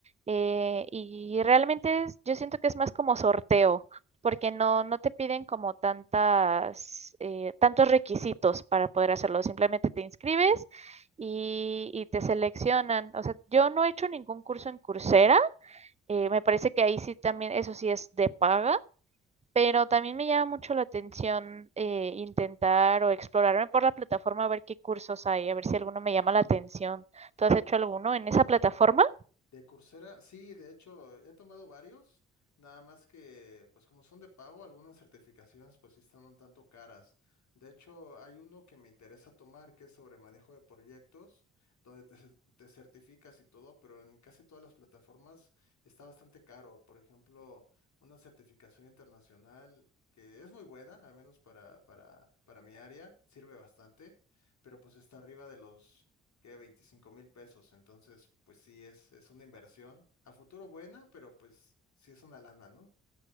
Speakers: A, on the right (about 20°); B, on the left (about 65°).
A: eh, y realmente es- yo siento que es más como sorteo porque no, no te piden como tantas, eh, tantos requisitos para poder hacerlo, simplemente te inscribes y, y te seleccionan. O sea, yo no he hecho ningún curso en Coursera eh, me parece que ahí sí también, eso sí es de paga, pero también me llama mucho la atención eh, intentar o explorarme por la plataforma a ver qué cursos hay, a ver si alguno me llama la atención. ¿Tú has hecho alguno en esa plataforma?
B: De Coursera, sí, de hecho, he tomado varios, nada más que, pues como son de pago, algunas certificaciones pues sí están un tanto caras. De hecho, hay uno que me interesa tomar que es sobre manejo de proyectos, donde te, cer- te certificas y todo, pero en casi todas las plataformas está bastante caro. Por ejemplo, una certificación internacional que es muy buena, al menos para, para, para mi área, sirve bastante, pero pues está arriba de los que veinticinco mil pesos. Entonces, pues sí, es, es una inversión a futuro buena, pero pues sí es una lana, ¿no?